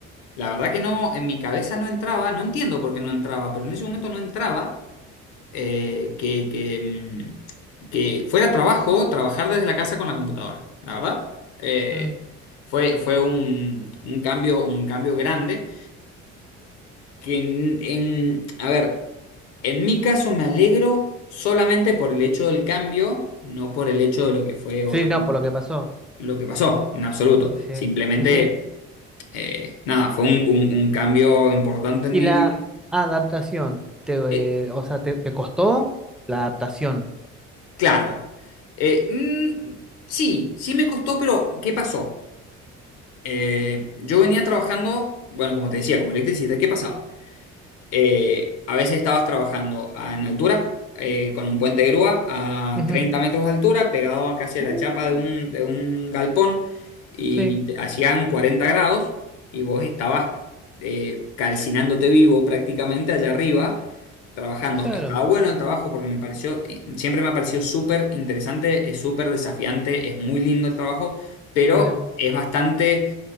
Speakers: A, on the left; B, in the centre.
A: La verdad que no, en mi cabeza no entraba, no entiendo por qué no entraba, pero en ese momento no entraba eh, que, que, mm, que fuera trabajo trabajar desde la casa con la computadora, la verdad. Eh,
B: Mm,
A: fue fue un, un cambio, un cambio grande que en, en- a ver, en mi caso me alegro solamente por el hecho del cambio, no por el hecho de lo que fue, obviamente,
B: Sí, no, por lo que pasó.
A: lo que pasó, en absoluto.
B: Sí, sí,
A: Simplemente,
B: sí. sí.
A: eh, nada, fue un, un- un cambio importante en
B: ¿Y
A: mi
B: la
A: vida.
B: adaptación? Te,
A: Eh,
B: eh, o sea, te, te costó la adaptación?
A: Claro. Eh, mm, sí, sí me costó, pero ¿qué pasó? Eh, yo venía trabajando, bueno, como te decía, como electricista, ¿qué pasaba? eh, a veces estabas trabajando a- en altura, eh, con un puente de grúa a
B: Ujú.
A: 30 metros de altura, pegado a casi a
B: Uh,
A: la chapa de un, de un galpón, y
B: sí,
A: te- hacían 40 grados, y vos estabas eh, calcinándote vivo prácticamente allá arriba, trabajando.
B: claro.
A: Estaba bueno el trabajo porque me pareció, eh, siempre me ha parecido súper interesante, es súper desafiante, es muy lindo el trabajo, pero
B: Mira.
A: es bastante